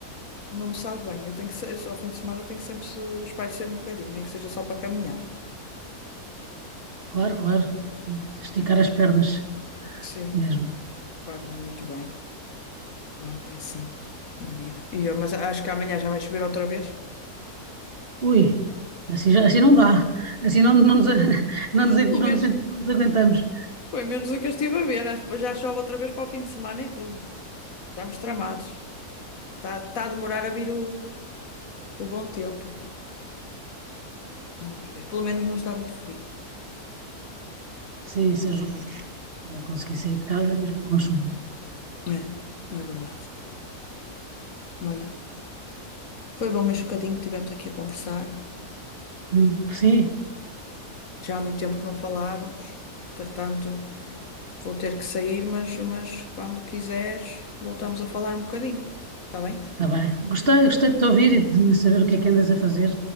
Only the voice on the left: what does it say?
não me sabe bem. Eu tenho que, se- ao fim de semana tenho que sempre se espairecer um bocadinho, nem que seja só para caminhar.
Sim,
faz-nos muito bem, mas é assim na vida. E eu, mas acho que amanhã já vai chover outra vez.
Pelo
menos,
foi menos o que eu estive a ver. Acho que Já chove outra vez para o fim de semana e tudo. Estamos tramados. Está, está a demorar a vir o, o bom tempo. Vamos ver. Pelo menos não está muito frio.
É, não é verdade. Olha, foi bom este bocadinho que tivemos aqui a conversar.
Já há muito tempo que não falávamos. Entretanto, vou ter que sair, mas, mas quando quiseres, voltamos a falar um bocadinho. Está bem?